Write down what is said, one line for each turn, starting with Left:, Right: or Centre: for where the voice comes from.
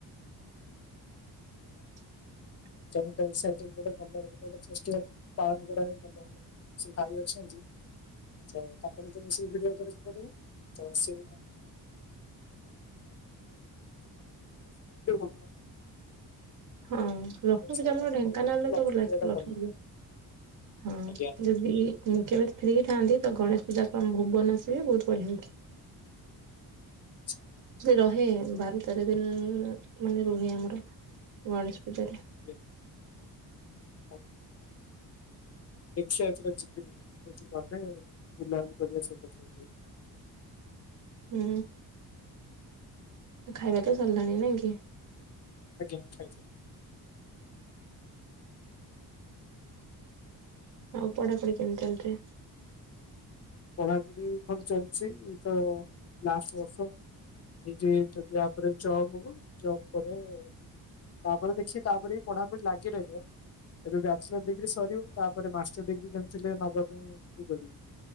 Right: <inaudible>
Left: <inaudible> ଫେଷ୍ଟିଭାଲ ପାଳନ କରାବି ହବ। ସେ ଭାଇ ଅଛନ୍ତି ତ ତାଙ୍କ ସହିତ ମିଶିକି ଭିଡିଓ କରିବାକୁ ପଡିବ ତ ସେ <inaudible>
Right: ହଁ
Left: ପର୍ବପର୍ବାଣୀ
Right: ଲକ୍ଷ୍ମୀପୂଜା
Left: ଟାଇମ୍ ଅଲଗା
Right: ଆମର
Left: ଟାଇମରେ
Right: ଢେଙ୍କାନାଳରେ
Left: ହୁଏ କିନ୍ତୁ ଲକ୍ଷ୍ମୀ
Right: ତ
Left: ପୂଜାଟା
Right: ଲକ୍ଷ୍ମୀପୂଜା
Left: ଭଲ।
Right: ହଁ
Left: ଆଜ୍ଞା ଆଚ୍ଛା
Right: ଯଦି ଦି କେବେ ଫ୍ରି ଥାଆନ୍ତି ତ ଗଣେଶ ପୂଜାକୁ ଆମ ଭୁବନ ଆସିବେ ବୋହୁତ ବଢିଆ ଦେଖିବେ।
Left: <inaudible>
Right: ରହେ ବାର ତେର ଦିନ ମାନେ ରୁହେ ଆମର ଗଣେଶ ପୂଜାରେ।
Left: <unintelligible> <unintelligible> <unintelligible>
Right: ହୁଁ ଖାଇବା ତ ସରିଲାଣି ନାଇ କି?
Left: ଆଜ୍ଞା <unintelligible>
Right: ଆଉ ପଢାପଢି କେମିତି ଚାଲିଚି?
Left: ପଢାପଢି ଭଲ ଚାଲିଛି ଏଇ ତ ଲାଷ୍ଟ ବର୍ଷ। ଏଇଠି ଯଦି ୟା ପରେ ଜବ ହବ ଜବ ପରେ ତାପରେ ଦେଖି ତାପରେ ବି ପଢାପଢି ଲାଗି ରହିବ। ଏବେ ବ୍ୟାଚଲର ଡିଗ୍ରୀ ସରିବୁ ତାପରେ ମାଷ୍ଟର ଡିଗ୍ରୀ <unintelligible> ନବା ପାଇଁ ଇଏ କରିବି।